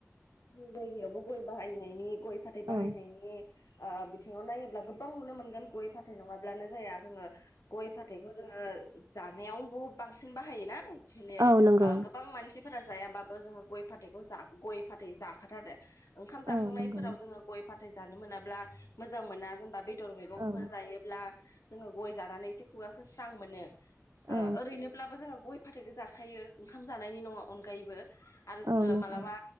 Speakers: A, on the left; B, on the right.
A: जोंनि जायगायावबो गय बाहायनायनि गय फाथै
B: औ
A: बाहायनायनि ओ बिथिङाव नायो ब्ला गोबां नुनो मोनगोन गय फाथै नङाब्लानो जाया जोङो गय फाथैखौ जोङो जानायाव बहुद बांसिन बाहायनाय भिले
B: औ नंगौ
A: ओ गोबां मानसिफोरा जायाबाबो जोंङो गय फाथैखौ गय फाथै जाखाथारो। ओंखाम जाखांनायफोराव
B: औ नंगौ
A: जोङो गय फाथै जानो मोनाब्ला मोजां मोना जेनेबा बेदर मैगंफोर
B: औ
A: जायोब्ला जोङो गय जानानै एसे खुगाखौ स्रां मोनो। ओ
B: औ
A: ओरैनोब्लाबो जोङो गय फाथैखो जाखायो ओंखाम जानायनि नङा अनगायैबो आरो जोङो
B: औ नंगौ
A: मालाबा